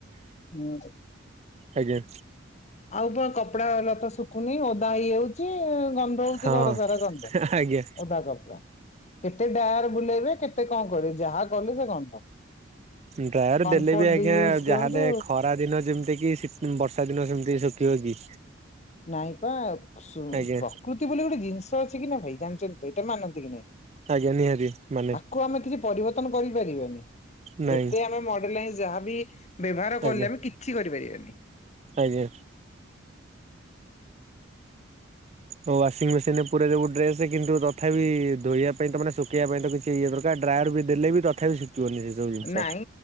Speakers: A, on the left; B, on the right.
A: ହୁଁ
B: ଆଜ୍ଞା।
A: ଆଉ ପା କପଡା ଲତା ଶୁଖୁନି ଓଦା ହେଇଯାଉଚି। ଗନ୍ଧ ହଉଚି
B: ହଁ
A: ଘର ସାରା ଗନ୍ଧ
B: ଆଜ୍ଞା
A: ଓଦା କପଡା। କେତେ ଡାର ବୁଲେଇବେ କେତ ତେ କଣ କରିବ ଯାହା କଲେ ସେ ଗନ୍ଧ।
B: ଡ୍ରାଇଅର
A: କମ୍ଫର୍ଟ
B: ଦେଲେ ବି ଆଜ୍ଞା
A: ୟୁଜ
B: ଯାହାହେଲେ
A: କରନ୍ତୁ
B: ଖରା ଦିନ ଯେମିତି କି ବର୍ଷା ଦିନ ସେମିତି ଶୁଖିବ କି?
A: ନାଇଁ ପା ସୁ
B: ଆଜ୍ଞା
A: ପ୍ରକୃତି ବୋଲି ଗୋଟେ ଜିନିଷ ଅଛି କି ନା ଭାଇ ଜାଣିଛନ୍ତି ସେଇଟା ମାନନ୍ତି କି ନାଇଁ?
B: ଜ୍ଞା ନିହାତି ମାନେ।
A: କୁ ଆମେ କିଛି ପରିବର୍ତ୍ତନ କରିପାରିବାନି।
B: ନାଇଁ
A: ଯେତେ ଆମେ ମଡେଲାଇଜ ଯାହାବି ବ୍ୟବହାର କଲେ
B: ଆଜ୍ଞା
A: ଆମେ କିଛି କରିପାରିବାନି।
B: ଆଜ୍ଞା। ଓ ୱାସିଂ ମେସିନ ରେ ପୁରେଇ ଦବୁ ଡ୍ରେସ କିନ୍ତୁ ତଥାପି ଧୋଇବା ପାଇଁ ତ ମାନେ ସୁଖେଇବା ପାଇଁ ତ କିଛି ସେଇ ଇଏ ପ୍ରକାର ଡ୍ରାୟାର ବି ଦେଲେ ବି ତଥାପି ଶୁଖିବନି ସେ। ଯୋଉ ଜିନିଷ।
A: ନାଇଁ